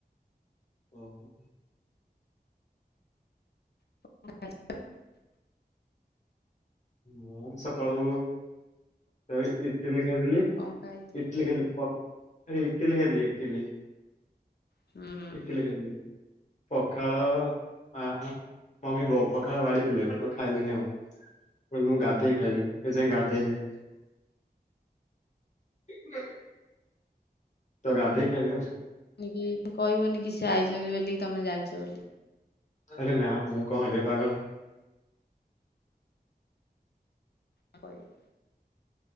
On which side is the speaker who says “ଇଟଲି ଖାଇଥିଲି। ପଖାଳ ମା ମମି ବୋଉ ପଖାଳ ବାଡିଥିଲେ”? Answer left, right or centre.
Left